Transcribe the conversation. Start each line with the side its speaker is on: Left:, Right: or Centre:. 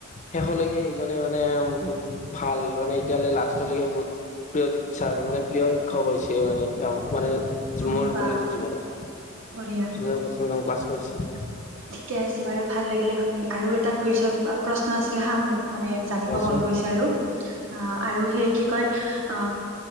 Left: শেষলৈকে সেইজনে মানে বহুত ভাল মানে এতিয়ালৈ লাষ্টলৈকে বহুত প্ৰিয় টিছাৰ মানে প্ৰিয় শিক্ষক হৈছে মানে তেওঁ মানে
Right: অ
Left: মোৰ
Right: বা
Left: কলেজৰ
Right: <unintelligible>
Left: জীৱনত যোনে
Right: বঢ়িয়া
Left: প্ৰথমজন ক্লাছ কৰিছিল
Right: ঠিকে আছে বাৰু ভাল লাগিলে শুনি আৰু এটা কুৱেশচন প্ৰশ্ন আছিলে হা মোৰ <unintelligible> মানে জানিব
Left: কোৱাচোন
Right: মন গৈছে আৰু অ আৰু সেই কি কয় অ